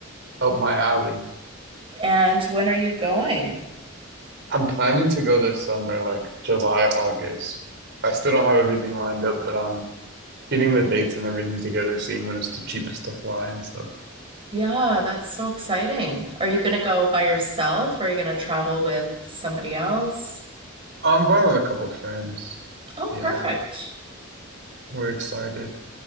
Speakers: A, on the right; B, on the right.
A: up my alley.
B: And when are you going?
A: I'm planning to go this summer, like July, August. I still don't have everything lined up, but I'm getting the dates and everything together, seeing when it's the cheapest to fly and stuff.
B: Yeah, that's so exciting. Are you going to go by yourself or are you going to travel with somebody else?
A: Oh, I'm going with a couple friends.
B: Oh,
A: Yeah,
B: perfect.
A: we're excited.